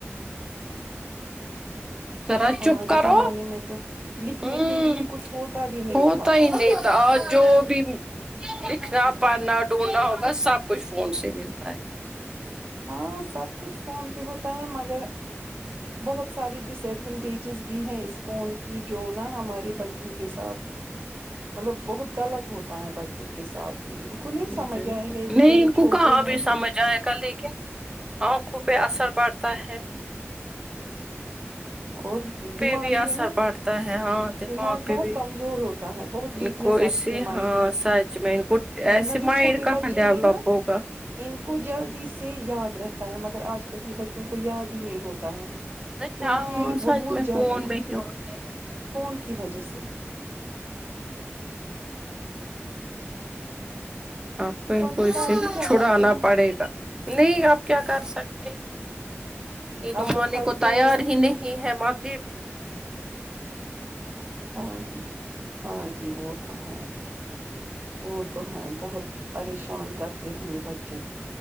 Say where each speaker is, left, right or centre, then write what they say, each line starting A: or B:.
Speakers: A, on the right; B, on the right.
A: ذرا
B: ہمارے
A: چپ کرو
B: زمانے میں تو لکھنے
A: ہوں
B: کے لیے کچھ ہوتا بھی نہیں
A: ہوتا
B: تھا
A: ہی نہیں تھاجو ا بھی لکھنا پڑھنا ڈھونڈنا ہوگا سب کچھ فون سے ملتا ہے
B: ہاں سب کچھ فون پہ ہوتا ہے مگر بہت ساری ڈس ایڈوونٹیجز بھی ہے اس فون کی جو نہ ہمارے بچوں کے ساتھ مطلب بہت غلط ہوتا ہے بچوں کے ساتھ ان کو نہیں
A: بالکل
B: سمجھ آئے گا بچارے
A: نہیں ان کو
B: چھوٹے
A: کہاں
B: ہیں
A: ابھی سمج
B: ہ
A: آئے گا لیکن آنکھوں پہ اثر پڑتا ہے
B: اور دماغ
A: بھی اثر
B: پہ نا
A: پڑتا ہے ہاں
B: دماغ
A: پہ
B: بہت
A: بھی
B: کمزور ہوتا ہے بہت
A: ان
B: ویک نس
A: کو
B: آتی
A: اسی
B: ہے مائنڈ
A: ہاں
B: میں
A: سچ میں ان کو
B: ورنہ
A: ایسے
B: جو
A: مائنڈ
B: چھوٹے
A: کہاں
B: بچے
A: ڈیولپ
B: ہیں نا
A: ہوگا
B: ان کو جلدی سے یاد رہتا ہے مگر آج کل کے بچوں کو یاد ہی نہیں ہوتا ہے
A: نہیں
B: کیونکہ
A: ہاں
B: وہ
A: سچ
B: بھول
A: میں
B: جاتے
A: فون میں ہی ہوتے ہیں
B: فون کی وجہ سے
A: آپ تو ان
B: وہ
A: کو اس
B: کر
A: سے
B: بھی کیا
A: چھڑانا
B: سکتے ہیں
A: پڑے گا نہیں آپ کیا کر سکتے یہ دو
B: آپ تو
A: آنے
B: پھنس
A: کو
B: گئے
A: تیار
B: ہیں
A: ہی نہیں ہے مات
B: ہاں جی ہاں جی وہ تو ہے وہ تو ہے بہت پریشان کرتے ہیں یہ بچے